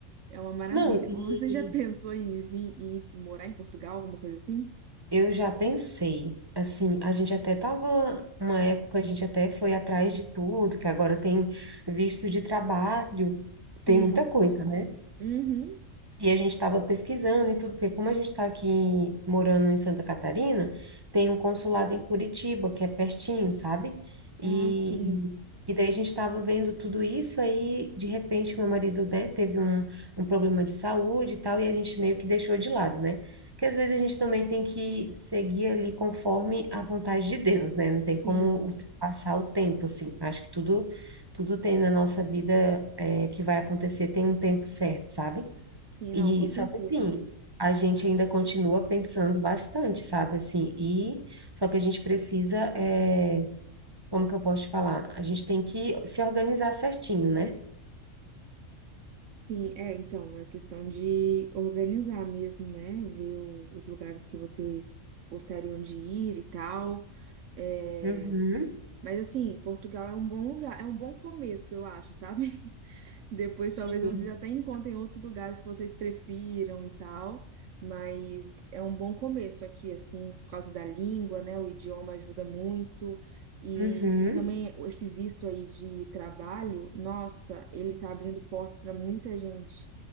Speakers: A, on the right (about 70°); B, on the right (about 20°).
A: é uma maravilha.
B: Não, e
A: Você já <laughs> pensou em vir, em ir morar em Portugal, alguma coisa assim?
B: Eu já pensei, assim, a gente até tava, uma época a gente até foi atrás de tudo, que agora tem visto de trabalho,
A: Sim.
B: tem muita coisa, né?
A: Uhum.
B: E a gente estava pesquisando e tudo, porque como a gente está aqui morando em Santa Catarina, tem um consulado em Curitiba, que é pertinho, sabe? E,
A: Ah, sim.
B: e daí a gente estava vendo tudo isso, aí de repente meu marido, né, teve um, um problema de saúde e tal, e a gente meio que deixou de lado, né? Porque às vezes a gente também tem que seguir ali conforme a vontade de Deus, né? Não tem
A: Sim,
B: como ultrapassar o tempo, assim. Acho que tudo, tudo tem na nossa vida, eh, que vai acontecer, tem um tempo certo, sabe?
A: sim,
B: E
A: não, com certeza.
B: só que assim, a gente ainda continua pensando bastante, sabe? Assim, e só que a gente precisa, é, como que eu posso te falar? A gente tem que se organizar certinho, né?
A: Sim, é, então, é questão de organizar mesmo, né? Ver o- os lugares que vocês gostariam de ir e tal. É,
B: Uhum,
A: mas assim, Portugal é um bom lugar, é um bom começo, eu acho, sabe? Depois
B: sim.
A: talvez vocês até encontrem outros lugares que vocês prefiram e tal, mas é um bom começo aqui, assim, por causa da língua, né? O idioma ajuda muito. E
B: Uhum,
A: também esse visto aí de trabalho, nossa, ele tá abrindo portas para muita gente.